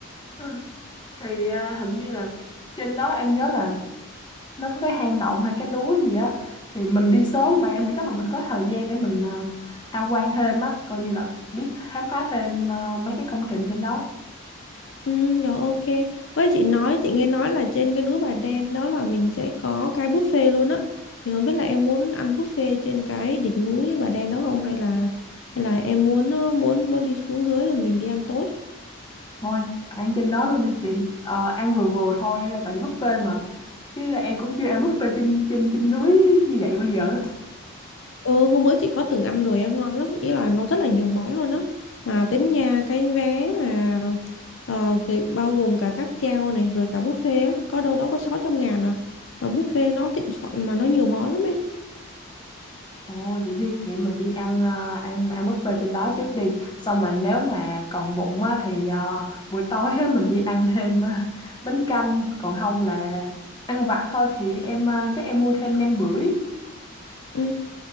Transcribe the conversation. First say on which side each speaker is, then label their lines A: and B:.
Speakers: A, on the left; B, on the left.
A: Ừ. thì à, hình như là trên đó em nhớ là nó có cái hang động hay cái núi gì á thì mình đi sớm vậy em nghĩ chắc là mình có thời gian để mình à, tham quan thêm á coi như là biết khám phá thêm à, mấy cái công trình trên đó
B: ừ nhỏ ok với chị nói chị nghe nói là trên cái núi Bà Đen đó là mình sẽ có cái buffet luôn á thì không biết là em muốn ăn buffet trên cái đỉnh núi Bà Đen đó không hay là hay là em muốn ờ, muốn muốn đi xuống dưới rồi mình đi ăn tối
A: thôi ăn trên đó luôn đi chị Ờ, ăn vừa vừa thôi tại vì buffet mà chứ em cũng chưa ăn buffet trên trên trên núi như vậy bao giờ hết
B: Ừ, hôm bữa chị có từng ăn rồi á, ngon lắm ý là nó rất là nhiều món luôn á mà tính nha cái vé mà ờ, cái- bao gồm cả cáp treo này rồi cả buffet á có đâu đó có sáu trăm ngàn à mà buffet nó thịnh soạn mà nó nhiều món lắm em
A: Ồ, vậy đi, vậy mình đi ăn ờ, ăn ăn buffet trên đó trước đi. Xong mà nếu mà còn bụng á thì ờ, buổi tối á, mình đi ăn thêm ờ, bánh canh, còn không là ăn vặt thôi thì em ờ, chắc em mua thêm nem bưởi.
B: ừ,